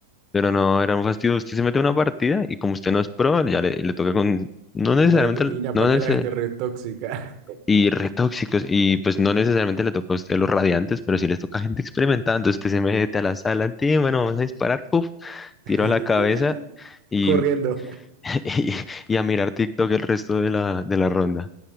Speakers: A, on the left (about 15°); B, on the right (about 40°).
A: Pero no, era un fastidio. Usted se mete a una partida y como usted no es pro, ya le, le toca con, no
B: sí,
A: necesariamente,
B: la gente, Iña,
A: no,
B: ¿para qué
A: neces-
B: la gente re tóxica?
A: y retóxicos. Y pues no necesariamente le toca a usted los radiantes, pero sí les toca a gente experimentada. Entonces usted se mete a la sala, "Ti, bueno, vamos a disparar, puf,
B: <laughs>
A: tiro a la cabeza y,
B: Corriendo.
A: <laughs> y, y a mirar TikTok el resto de la, de la ronda.